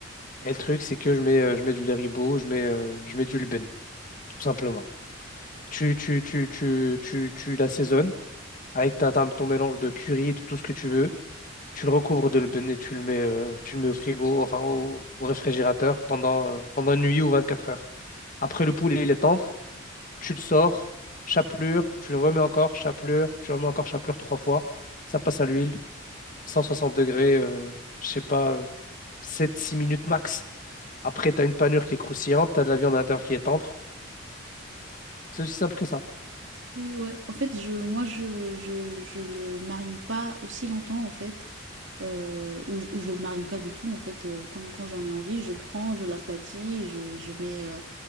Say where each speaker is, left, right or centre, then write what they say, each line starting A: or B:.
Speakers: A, on the left; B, on the right.
A: Et le truc, c'est que je mets, euh, je mets du lait ribot, je mets, euh, je mets du Lubin, tout simplement. Tu, tu, tu, tu, tu, tu l'assaisonnes, avec ta, ta- ton mélange de curry, de tout ce que tu veux. Tu le recouvres de l'eben et tu le mets, euh, tu le mets au frigo, enfin au, au réfrigérateur pendant, euh, pendant une nuit ou 24 heures. Après, le poulet, il est tendre. Tu le sors, chapelure, tu le remets encore, chapelure, tu le remets encore, chapelure trois fois. Ça passe à l'huile, 160 degrés, euh, je sais pas, euh, sept six minutes max. Après, tu as une panure qui est croustillante, tu as de la viande à l'intérieur qui est tendre. C'est aussi simple que ça.
B: Et ouais. En fait, je, moi, je, je, je le marine pas aussi longtemps, en fait, euh, ou, je- ou je le marine pas du tout, en fait. euh, quand quand j'en ai envie, je prends, je l'aplatis, je, je mets, euh,